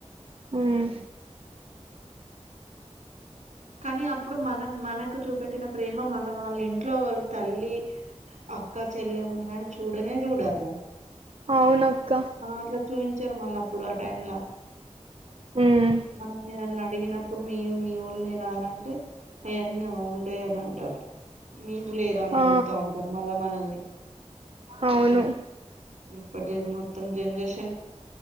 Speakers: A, on the right; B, on the right.
A: ఉమ్,
B: కానీ అప్పుడు ఇప్పుడు మనం మనకు చూపెట్టిన ప్రేమ మళ్ళ వాళ్ళ ఇంట్లో వాళ్ళు తల్లి అక్క చెల్లె ఉన్నా దాని చూడనే చూడర్ ర
A: అవునక్క
B: అట్లా చూపించరు మళ్ళా ఇప్పుడు ఆ టైమ్ంల
A: ఉమ్,
B: మనల్ని ఏదన్నా అడిగిన ఇప్పుడు మీ మీ వొళ్ళే రాలంటే అయన్నీ ఉండయి అని అంటారు మీ లేరా అని
A: ఆ
B: అడుగుతా ఉంటారు మళ్ళా మనల్ని
A: అవును
B: ఊ ఇప్పుటి మొత్తం జెనరేషన్